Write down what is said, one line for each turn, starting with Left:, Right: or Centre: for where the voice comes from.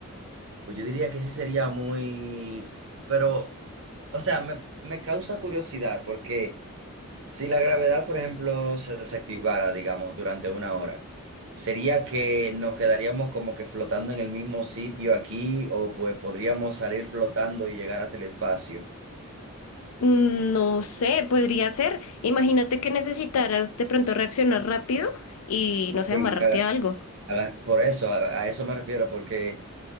Right: Pues yo diría que sí sería muy... Pero, o sea, me, me causa curiosidad porque si la gravedad, por ejemplo, se desactivara, digamos, durante una hora, ¿sería que nos quedaríamos como que flotando en el mismo sitio aquí o pues podríamos salir flotando y llegar hasta el espacio?
Left: Mm, No sé, podría ser. Imagínate que necesitaras de pronto reaccionar rápido y no sé,
Right: Sí,
Left: amarrarte
Right: haga-
Left: a algo.
Right: haga- por eso, a a eso me refiero, porque...